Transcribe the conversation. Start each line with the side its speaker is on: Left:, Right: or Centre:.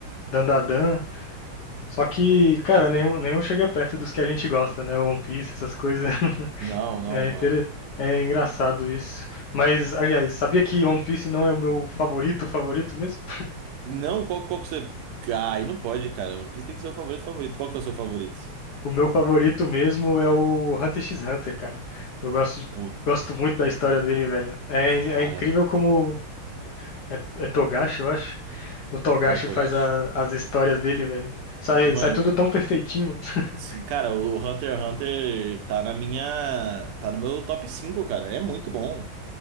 Left: Dandadan. Só que, cara, nenhum, nenhum chega perto dos que a gente gosta, né? One Piece, essas coisas. <laughs>
Right: Não, não,
Left: É, inter-
Right: mano.
Left: é engraçado isso. Mas, aliás, sabia que One Piece não é o meu favorito, favorito mesmo?
Right: Não, qual, qual que você. Ai, não pode, cara. One Piece tem que ser o favorito, favorito. Qual que é o seu favorito?
Left: O meu favorito mesmo é o Hunter x Hunter, cara. Eu gosto, de-
Right: Puta,
Left: gosto muito da história dele, velho. É,
Right: cara,
Left: é incrível
Right: muito
Left: como.
Right: bom.
Left: É, é Togashi, eu acho. O Togashi
Right: É o Togashi.
Left: faz a- as histórias dele, velho. Sai,
Right: Mano,
Left: sai tudo tão perfeitinho, mano. <laughs>
Right: sim, cara, o Hunter x Hunter tá na minha. Tá no meu top 5 cara. É muito bom.